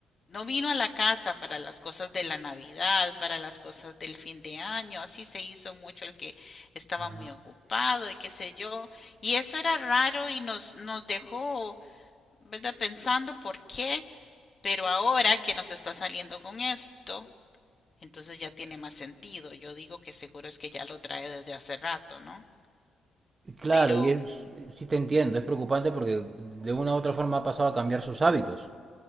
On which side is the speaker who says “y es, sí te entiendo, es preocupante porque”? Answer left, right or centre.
Right